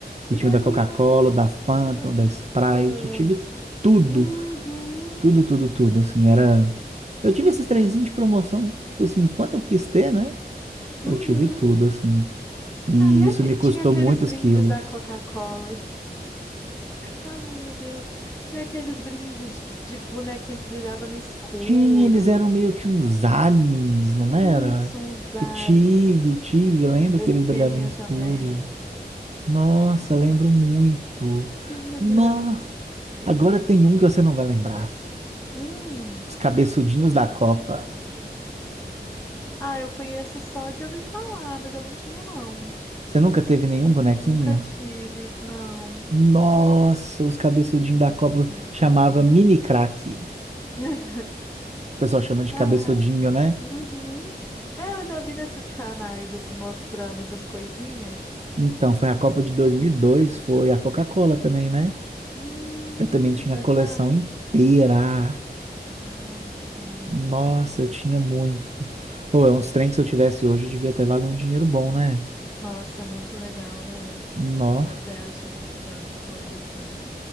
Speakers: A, on the right; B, on the left.
A: Que
B: Ioiô!
A: tinha o da Coca-Cola, o da Fanta,
B: Caramba!
A: o da Sprite. Tive tudo,
B: Uhum.
A: tudo, tudo, tudo. Assim, era. Eu tive esses trenzinhos de promoção, assim, quanto eu quis ter, né?
B: Uhum.
A: Eu tive tudo, assim. E
B: Cara, e aque-
A: isso me
B: tinha
A: custou
B: aqueles
A: muitos
B: brindes
A: quilos.
B: da Coca-Cola. Ai, meu Deus. Tinha aqueles brindes de de bonequinho que brilhava no escuro.
A: Tinha, eles eram meio que uns aliens, não
B: Isso,
A: era?
B: uns aliens.
A: Eu tive, tive. Lembro
B: Eu
A: que
B: tinha
A: eles brilhavam no escuro.
B: também.
A: Nossa, lembro muito.
B: Sim, eles
A: Nó!
B: brilhavam no escuro,
A: Agora
B: bem.
A: tem um que você não vai lembrar.
B: Hum.
A: Os cabeçudinhos da Copa.
B: Ah, eu conheço só de ouvir falar, mas eu não tinha, não.
A: Você nunca teve nenhum
B: Eu
A: bonequinho?
B: nu- nunca tive, não.
A: Nossa, os cabeçudinhos da
B: Isso
A: Copa
B: dia da Copa,
A: chamava
B: não.
A: mini craque.
B: <laughs>
A: O pessoal chama de
B: Ah,
A: cabeçudinho, né?
B: Uhum. É, eu já vi nesses canais assim mostrando essas coisinhas.
A: Então, foi a Copa de 2002, foi a Coca-Cola também, né?
B: Hum,
A: Eu também tinha
B: verdade.
A: a coleção inteira.
B: Ai, cara.
A: Nossa, eu tinha muito. Ou é uns trem que se eu tivesse hoje, devia até valer um dinheiro bom, né?
B: Nossa, é muito legal, né?
A: Nó.
B: Pois é, achei um tanto de coisa aqui.